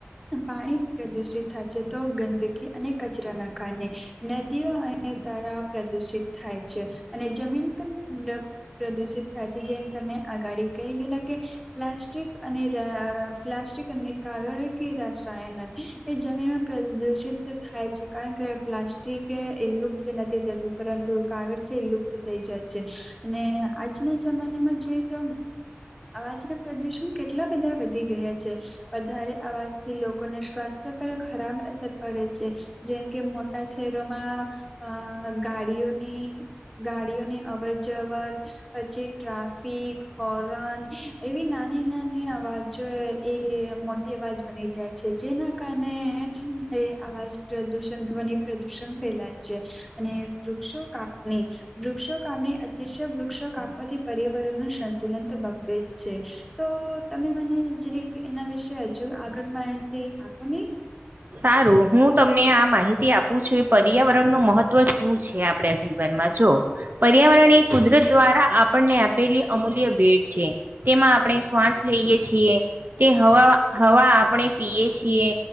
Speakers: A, in the centre; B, on the right.
A: પાણી પ્રદુષિત થાય છે તો ગંદકી અને કચરા નાખ નદીઓ અને તરાાવ પ્રદુષિત થાય છે, અને જમીન પણ પ્રદુષિત થાય છે, જેને તમે આગાડી કહી ગયલા કે પ્લાસ્ટિક અને રા્ટ કાગળ કે રસાયણ એ જમીનમાં પ્રદુષિત થાય છે, કારણ કે પ્લાસ્ટિક એ લુપ્ત નથી થતું પરંતુ કાગજ છે એ લુપ્ત થઈ જાય છે. અને આજના જમાનામાં જોઈએ તો અવાજને પ્રદુષણ કેટલા બધા વધી ગયા છે, વધારે અવાજથી લોકોને શ્વાસ પર ખરાબ અસર પડે છે, જેમ કે મોટા શહેરોમાં અ ગાડીઓની ગાડીઓની અવર જવર પછી ટ્રાફિક હોર્ન એવી નાની નાની અવાજ એ મોટી અવાજ બની જાય છે જેના કારણે એ અવાજ પ્રદૂષણ ધ્વનિ પ્રદૂષણ ફેલાય છે, અને વૃક્ષો કાપની વૃક્ષો કાપ અતિશ વૃક્ષો કાપવાથી પર્યાવરણ ન સંતુલન તો બગડે જ છે, તો તમે જેરે એના વિશે હજુ આગળ માહિતી આપો નહી?
B: સારું હું તમને આ માહિતી આપું છું, પર્યાવરણ નું મહત્વ શું છે આપડા જીવન માં જો પર્યાવરણ કુદરત દ્વારા આપણને આપેલી અમૂલ્ય ભેટ છે, તેમાં આપણે શ્વાસ લઈએ છીએ તે હવા હવા આપણે પીએ છીએ,